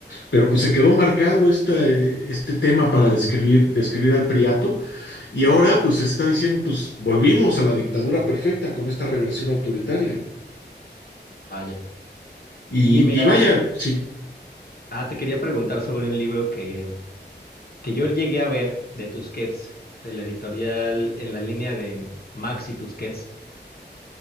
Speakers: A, on the left (about 80°); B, on the left (about 55°).
A: pero pues se quedó marcado este, este tema para
B: Ah,
A: describir, describir al priato y ahora pues se está diciendo, pues volvimos a la dictadura perfecta con esta regresión autoritaria, ¿no?
B: vaya.
A: Y,
B: Y mira,
A: y vaya, sí.
B: ah, te quería preguntar sobre un libro que que yo llegué a ver de Tusquets, de la editorial en la línea de Maxi Tusquets,